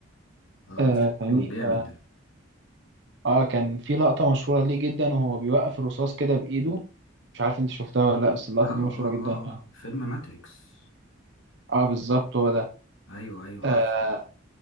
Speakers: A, on the left; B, on the right.
A: اه
B: آه،
A: شكله
B: فاهمني
A: جامد
B: ف اه كان في لقطة مشهورة ليه جدا وهو بيوقف الرصاص كده بإيده مش عارف انت شفتها ولا لا بس اللقطة
A: اه
B: دي مشهورة
A: اه
B: جدا
A: اه فيلم ماتريكس
B: اه بالظبط هو ده
A: ايوه ايوه
B: آه
A: عارفه